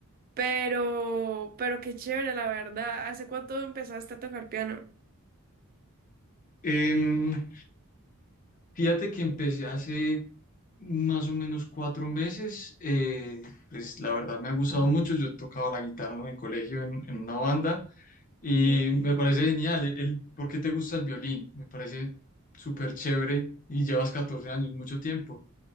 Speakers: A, on the right (about 40°); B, on the left (about 35°).
A: pero pero qué chévere, la verdad. ¿Hace cuánto empezaste a tocar piano?
B: Em, fíjate que empecé hace más o menos cuatro meses. eh, pues la verdad me ha gustado mucho. Yo tocaba la guitarra en el colegio en, en una banda y
A: Ujú.
B: me parece genial. El, el- ¿por qué te gusta el violín? Me parece súper chévere y llevas 14 años, mucho tiempo.